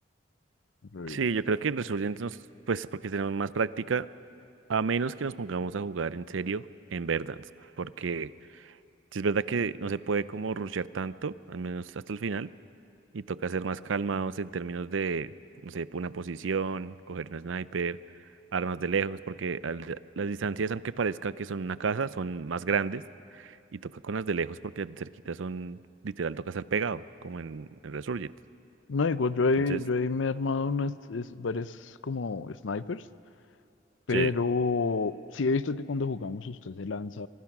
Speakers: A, on the left; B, on the right.
A: Rebirth.
B: Sí, yo creo que en resumen, nos- pues porque tenemos más práctica, a menos que nos pongamos a jugar en serio en Verdansk, porque si es verdad que no se puede como rushear tanto, al menos hasta el final, y toca ser más calmados en términos de, no sé, una posición, coger un sniper, armas de lejos, porque al- las distancias, aunque parezca que son una casa, son más grandes y toca con las de lejos porque cerquitas son, literal, toca estar pegado, como en, en Resurgent.
A: No, digo, yo he,
B: Entonces,
A: yo he me he armado unas es- varias como snipers, pero
B: sí,
A: sí he visto que cuando jugamos usted se lanza